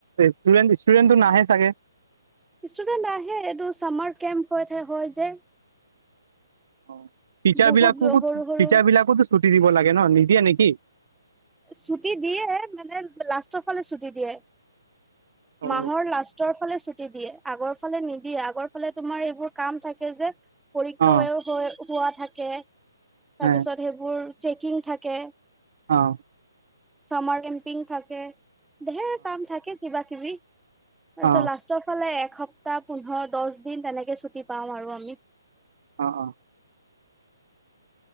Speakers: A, on the right (about 55°); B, in the centre.
A: ষ্টুডেণ্ট, ষ্টুডেণ্টটো নাহে চাগে?
B: ষ্টুডেণ্ট আহে, এইটো চামাৰ কেম্প'পত হে হয় যে।
A: অ পিচাৰ
B: বহুত
A: বিলাকোকু,
B: সৰু সৰু
A: পিচাৰ বিলাকুতো ছুটি দিব লাগে ন' নিদিয়ে নে'কি?
B: ছুটি দিয়ে মানে লাষ্টৰ ফালে ছুটি দিয়ে।
A: অ
B: মাহৰ লাষ্টৰ ফালে ছুট টি দিয়ে, আগৰ ফালে নিদিয়ে, আগৰ ফালে তোমাৰ এইবোৰ কাম থাকে যে, পৰীক্ষাৱ
A: অ
B: হয় খোৱা থাকে, তাৰপিছত
A: অ
B: সেইবোৰ চেকিং থাকে
A: অঁ
B: চামাৰ কেম্পিং থাকে, ধেৰ কাম থাকে কিবা-কিবি। তাৰপিছত
A: অ
B: লাষ্টৰ ফালে একসপ্তাহ, পোন্ধৰ-দছ দিন তেনেকে ছুটি পাৱ আৰু আমি।
A: অঁ অঁ।